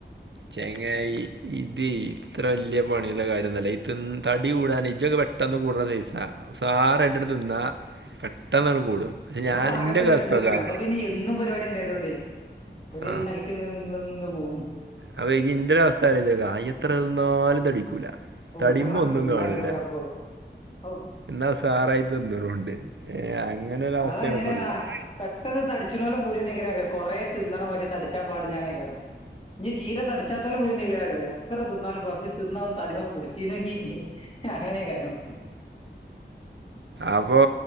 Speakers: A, on the right; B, on the left.
A: ചേങ്ങായി, ഇത് ഇത്ര വല്ല്യയ പണിയിള്ള കാര്യംഒന്നല്ല ഈ തടി കൂടാനെ ഇജൊക്കെ പെ പെട്ടെന്ന് കൂടണെസയിസാ സാറായിട്ട്അങ്ങട്ട് തിന്ന പെട്ടെന്ന്അങ്ങട്ട് കൂടും പക്ഷെ
B: ഞാൻ പാകത്തിലിങ്ങനെ
A: ഇന്റെ അവസ്ഥക്കാ
B: നിക്കും നമക്ക് പിന്നെ എന്നും പരിപാടി ഉണ്ടായതുകൊണ്ടേ ഒരു
A: ആ
B: നെൽ നിന്നിന്ന്പോകും
A: അപ്പൊ ഇജിന്റെ ഒരു അവസ്ഥാലോ യ്ച്ചോക്ക എത്രതിന്നാലും തടിക്കൂല
B: ഓ
A: തടിമ്മെ
B: എത്രങ്ങാനും
A: ഒന്നും
B: തിന്നാൻ
A: കാണൂല
B: ഇതൊക്കെ അപ്പൊ ഔ
A: ഇന്നാ ഉസാറായി തിന്ന്ണൂണ്ട് ഏഹ് അങ്ങനൊരവസ്ഥേണ്
B: അതങ്ങനെടാ
A: ഇപ്പ ഇള്ളത്
B: പെട്ടെന്ന് തടിച്ച്ണോലെ പൂതി എന്തേക്കാരം അറ്യോ കൊറേ തിന്നണം പക്ഷേ തട്ച്ചാൻ പാടില്ല ന്നെക്കാരം ഇനി തീരെ തടിച്ചാത്തോലെ പൂത്യന്തേക്കാരം അറിയോ എത്ര തിന്നാലും കാെർച്ച് തിന്നാം തടിമ്മെ പുടിച്ചീന്നെങ്കി അങ്ങനെക്കാരം
A: അപ്പോ